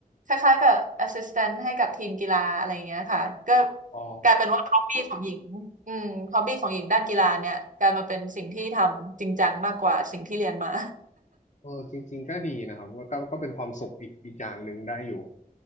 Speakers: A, on the right (about 55°); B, on the left (about 55°).
A: คล้ายๆกับ assistant ให้กับทีมกีฬาอะไรอย่างเงี้ยค่ะก็
B: อ๋อ
A: กลายเป็นว่า hobby ของหญิงอืม hobby ของหญิงด้านกีฬาเนี่ยกลายมาเป็นสิ่งที่ทำจริงจังมากกว่าสิ่งที่เรียนมา
B: เออจริงๆก็ดีนะครับก็ก็ก็เป็นความสุขอีกอีกอย่างหนึ่งได้อยู่